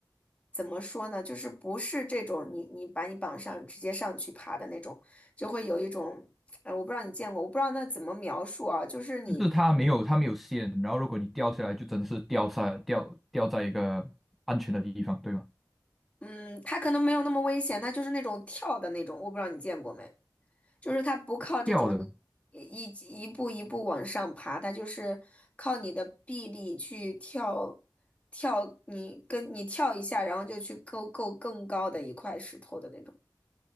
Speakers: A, on the left; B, in the centre.
A: 怎么说呢？就是不是这种你你把你绑上直接上去爬的那种，就会有一种，呃，我不知道你见过，我不知道那怎么描述啊，就是你，
B: 就是它没有它没有线，然后如果你掉下来，就真的是掉下掉掉在一个安全的地方，对吗？
A: 嗯，他可能没有那么危险，他就是那种跳的那种，我不知道你见过没。就是它不靠这种
B: 跳的。
A: 一一步一步往上爬，它就是靠你的臂力去跳跳，你跟你跳一下，然后就去够够更高的一块石头的那种。